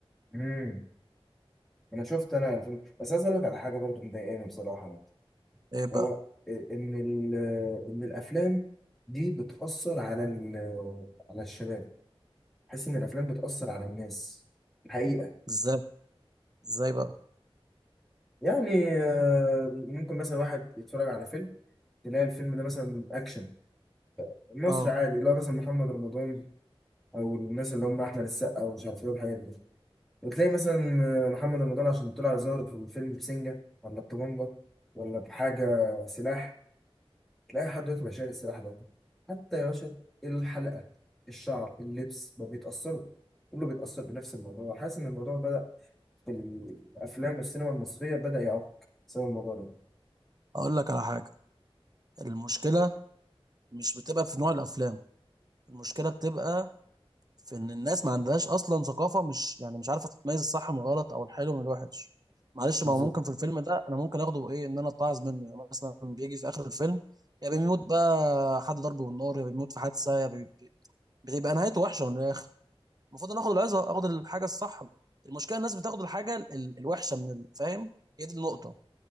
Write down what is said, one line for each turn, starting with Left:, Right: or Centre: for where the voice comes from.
Centre: امم انا شفت انا فيلم بس عايز اقول لك على حاجه برضو مضايقاني بصراحه
Right: إيه بقى
Centre: هو ان ال- ان الافلام دي بتاثر على ال- على الشباب بحس ان الافلام بتاثر على الناس الحقيقه
Right: إزاي إزاي بقى
Centre: يعني آه، ممكن مثلا واحد يتفرج على فيلم تلاقي الفيلم ده مثلا اكشن مصر
Right: أه
Centre: عادي اللي هو مثلا محمد رمضان او الناس اللي هم احمد السقا ومش عارف ايه والحاجات دي وتلاقي مثلا آه، محمد رمضان عشان طلع ظاهر في الفيلم بسنجه ولا بطبنجه ولا بحاجه سلاح تلاقي حد دلوقتي بقى شايل السلاح ده حتى يا باشا الحلقة الشعر اللبس ما بيتأثروا كله بيتأثر بنفس الموضوع حاسس إن الموضوع بدأ في الأفلام والسينما المصرية بدأ يعق بسبب الموضوع ده
Right: أقول لك على حاجة المشكلة مش بتبقى في نوع الأفلام المشكلة بتبقى في ان الناس ما عندهاش اصلا ثقافه مش يعني مش عارفه تتميز الصح من الغلط او الحلو من الوحش معلش
Centre: بالظبط
Right: ما هو ممكن في الفيلم ده انا ممكن اخده ايه ان انا اتعظ منه يعني مثلا بيجي في اخر الفيلم يا بيموت بقى حد ضربه بالنار يا بيموت في حادثه يا بي... بتبقى نهايته وحشه من الاخر المفروض انا اخد العظه اخد الحاجه الصح المشكله الناس بتاخد الحاجه ال- الوحشه من ال- فاهم هي دي النقطه